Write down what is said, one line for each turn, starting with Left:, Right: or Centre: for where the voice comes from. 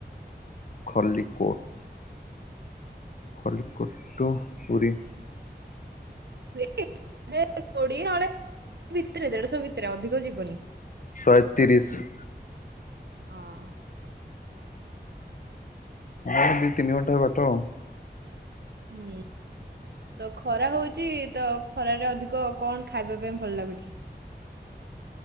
Left: ଖଲିିକୋଟ୍। ଖଲିକୋଟ ଟୁ ପୁରୀ?
Right: ସେଇ କୋଡିଏ ନ ଭିତରେ ଦେଢଶହ ଭିତରେ ଅଧିକ ଯିବନି।
Left: ଶହେତିରିଶ।
Right: ହଁ।
Left: ହଁ ତିନି ଘଣ୍ଟାର ବାଟ ଆଉ
Right: ହୁଁ। ତ ଖରା ହଉଛି ତ ଖରାରେ ଅଧିକ କଣ ଖାଇବା ପାଇଁ ଭଲ ଲାଗୁଛି?